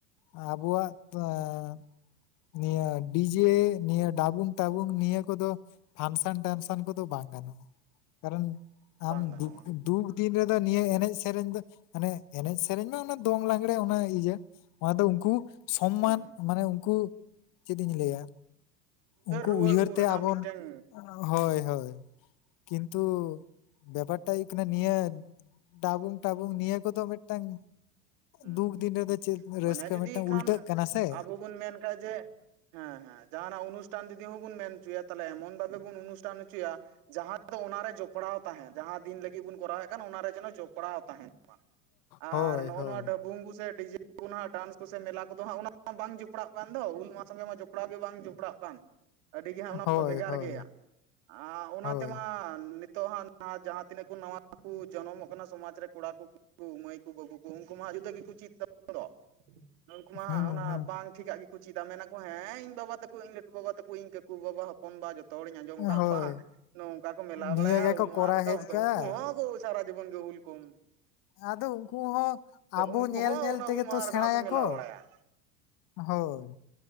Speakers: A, on the left (about 45°); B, on the right (about 55°).
A: ᱟᱵᱚᱣᱟᱜ <unintelligible> ᱱᱤᱭᱟᱹ ᱰᱤᱡᱮ ᱱᱤᱭᱟᱹ ᱰᱟᱵᱩᱝ ᱴᱟᱵᱩᱝ ᱱᱤᱭᱟᱹ ᱠᱚᱫᱚ ᱯᱷᱟᱱᱥᱟᱱ ᱴᱟᱱᱥᱚᱱ ᱠᱚᱫᱚ ᱵᱟᱝ ᱜᱟᱱᱚᱜᱼᱟ, ᱠᱟᱨᱚᱱ ᱟᱢ
B: ᱵᱟᱝ ᱜᱟᱱᱚᱜᱼᱟ
A: ᱫᱩᱠ ᱫᱩᱠ ᱫᱤᱱ ᱨᱮᱫᱚ ᱱᱤᱭᱟᱹ ᱮᱱᱮᱡ ᱥᱮᱨᱮᱧ ᱫᱚ ᱢᱟᱱᱮ ᱮᱱᱮᱡ ᱥᱮᱨᱮᱧ ᱢᱮ ᱚᱱᱟ ᱫᱚᱝ ᱞᱟᱜᱽᱲᱮ ᱚᱱᱟ ᱤᱭᱟᱹ ᱚᱱᱟ ᱫᱚ ᱩᱱᱠᱩ ᱥᱚᱢᱢᱟᱱ
B: ᱦᱩᱸ
A: ᱢᱟᱱᱮ ᱩᱱᱠᱩ ᱪᱮᱫ ᱤᱧ ᱞᱟᱹᱭᱟ, ᱩᱱᱠᱩ
B: ᱨᱩᱣᱟᱹᱲ
A: ᱩᱭᱦᱟᱹᱨ
B: ᱠᱚ
A: ᱛᱮ
B: ᱨᱮᱱᱟᱜ
A: ᱟᱵᱚᱱ
B: ᱢᱤᱫᱴᱟᱝ
A: ᱦᱳᱭ ᱦᱳᱭ, ᱠᱤᱱᱛᱩ ᱵᱮᱯᱟᱨ ᱴᱟᱜ ᱦᱩᱭᱩᱜ ᱠᱟᱱᱟ ᱱᱤᱭᱟᱹ ᱰᱟᱵᱩᱝ ᱴᱟᱵᱩᱝ ᱱᱤᱭᱟᱹ ᱠᱚᱫᱚ ᱢᱤᱫᱴᱟᱝ
B: ᱦᱩᱸ
A: ᱫᱩᱠ ᱫᱤᱱ ᱨᱮᱫᱚ ᱪᱮᱫ
B: ᱢᱟᱱᱮ
A: ᱨᱟᱹᱥᱠᱟᱹ
B: ᱡᱩᱫᱤ
A: ᱢᱤᱫᱴᱟᱝ
B: ᱠᱷᱟᱱ
A: ᱩᱞᱴᱟᱹᱜ ᱠᱟᱱᱟ ᱥᱮ,
B: <inaudible> ᱢᱮᱱ ᱠᱷᱟᱡ ᱡᱮ ᱦᱮᱸ ᱦᱮᱸ ᱡᱟᱦᱟᱱᱟᱜ ᱚᱱᱩᱥᱴᱷᱟᱱ ᱡᱩᱫᱤ ᱦᱚᱸ ᱵᱚᱱ ᱢᱮᱱ ᱦᱚᱪᱚᱭᱟ ᱛᱟᱦᱚᱞᱮ ᱮᱢᱚᱱ ᱵᱷᱟᱵᱮ ᱵᱚᱱ ᱚᱱᱩᱥᱴᱷᱟᱱ ᱦᱚᱪᱚᱭᱟ ᱡᱟᱦᱟᱸ ᱫᱚ ᱚᱱᱟᱨᱮ ᱡᱚᱯᱲᱟᱣ ᱛᱟᱦᱮᱸᱱ ᱡᱟᱦᱟᱸ ᱫᱤᱱ ᱞᱟᱹᱜᱤᱫ ᱵᱚᱱ ᱠᱚᱨᱟᱣᱮᱫ ᱠᱟᱱ ᱚᱱᱟᱨᱮ ᱡᱮᱱᱚ ᱡᱚᱯᱲᱟᱣ ᱛᱟᱦᱮᱸᱱ ᱾ ᱟᱨ
A: ᱦᱳᱭ
B: ᱱᱚᱜᱼᱚ
A: ᱦᱳᱭ
B: ᱱᱚᱣᱟ ᱰᱟᱹᱵᱩᱝ ᱠᱚᱥᱮ ᱰᱤᱡᱮ ᱠᱚ ᱱᱟᱜ ᱰᱟᱱᱥ ᱠᱚ ᱥᱮ ᱢᱮᱞᱟ ᱠᱚᱫᱚ ᱦᱟᱸᱜ ᱚᱱᱟ ᱢᱟ ᱵᱟᱝ ᱡᱚᱯᱲᱟᱜ ᱠᱟᱱ ᱫᱚ ᱦᱩᱞ ᱢᱟᱦᱟ ᱥᱚᱜᱮ ᱢᱟ ᱡᱚᱯ ᱡᱚᱯᱲᱟᱣ ᱜᱮ ᱵᱟᱝ ᱡᱚᱯᱲᱟᱜ ᱠᱟᱱ, ᱟᱹᱰᱤᱜᱮ ᱦᱟᱸᱜ ᱚᱱᱟ
A: ᱦᱳᱭ
B: ᱢᱟ ᱵᱷᱮᱜᱟᱨ
A: ᱦᱳᱭ
B: ᱜᱮᱭᱟ ᱟᱨ ᱚᱱᱟ
A: ᱦᱳᱭ
B: ᱛᱮᱢᱟ ᱱᱤᱛᱚᱜ ᱦᱟᱸᱜ ᱡᱟᱦᱟᱸ ᱛᱤᱱᱟᱹᱜ ᱠᱚ ᱱᱟᱣᱟ ᱠᱚ ᱡᱚᱱᱚᱢᱚᱜ ᱠᱟᱱᱟ ᱥᱚᱢᱟᱡᱽ ᱨᱮ ᱠᱚᱲᱟ ᱠᱚ ᱠᱩ <inaudible> ᱢᱟᱹᱭ ᱠᱚ ᱵᱟᱹᱵᱩ ᱠᱚ ᱩᱱᱠᱩ ᱢᱟ ᱡᱩᱫᱟᱹ ᱜᱮᱠᱚ ᱪᱮᱫ ᱛᱟᱵᱚᱱ ᱫᱚ ᱩᱱᱠᱩ ᱢᱟ
A: ᱦᱩᱸ
B: ᱦᱟᱸᱜ ᱚᱱᱟ
A: ᱦᱩᱸ
B: ᱵᱟᱝ ᱴᱷᱤᱠᱟᱜ ᱜᱮᱠᱚ ᱪᱤᱫᱟ ᱢᱮᱱᱟ ᱠᱚ ᱦᱮᱸ ᱤᱧ ᱵᱟᱵᱟ ᱛᱟᱠᱚ ᱤᱧ ᱞᱟᱹᱴᱩ ᱵᱟᱵᱟ ᱛᱟᱠᱚ ᱤᱧ ᱠᱟᱠᱩ ᱵᱟᱵᱟ ᱦᱚᱯᱚᱱ ᱵᱟ ᱡᱚᱛᱚ ᱦᱚᱲᱤᱧ ᱟᱸᱡᱚᱢ ᱠᱟᱜ
A: ᱦᱳᱭ
B: ᱠᱚᱣᱟ ᱦᱟᱜ ᱱᱚᱝᱠᱟ ᱠᱚ ᱢᱮᱞᱟ ᱵᱟᱲᱟᱭᱟ
A: ᱱᱤᱭᱟᱹ ᱜᱮᱠᱚ
B: ᱦᱩᱞ ᱢᱟᱦᱟ
A: ᱠᱚᱨᱟᱣ
B: ᱨᱮᱫᱚ
A: ᱦᱮᱡ ᱠᱟᱜᱼᱟ
B: ᱩᱱᱠᱩ ᱦᱚᱸ ᱥᱟᱨᱟ ᱡᱤᱵᱚᱱ ᱜᱮ ᱦᱩᱞ ᱠᱚᱢ
A: ᱟᱫᱚ ᱩᱱᱠᱩ ᱦᱚᱸ ᱟᱵᱚ
B: ᱩᱱᱠᱩ
A: ᱧᱮᱞ
B: ᱦᱚᱸ
A: ᱧᱮᱞ
B: ᱚᱱᱟ
A: ᱛᱮᱜᱮ
B: ᱦᱩᱞ ᱢᱟᱦᱟ
A: ᱛᱚ
B: ᱨᱮᱫᱚ
A: ᱥᱮᱬᱟᱭᱟᱠᱚ
B: ᱦᱟᱸᱜ ᱠᱚ ᱢᱮᱞᱟ ᱵᱟᱲᱟᱭᱟ
A: ᱦᱳᱭ